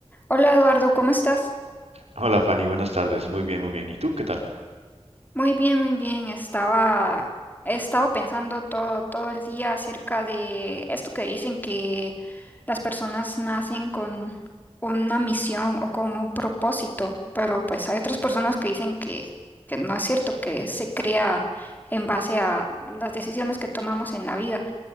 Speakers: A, on the left; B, on the right.
A: Hola Eduardo, ¿cómo estás?
B: Hola Fanny, buenas tardes. Muy bien, muy bien. ¿Y tú qué tal?
A: Muy bien, muy bien. Estaba, he estado pensando todo, todo el día acerca de esto que dicen que las personas nacen con una misión o con un propósito, pero pues hay otras personas que dicen que, que no es cierto, que se crea en base a las decisiones que tomamos en la vida.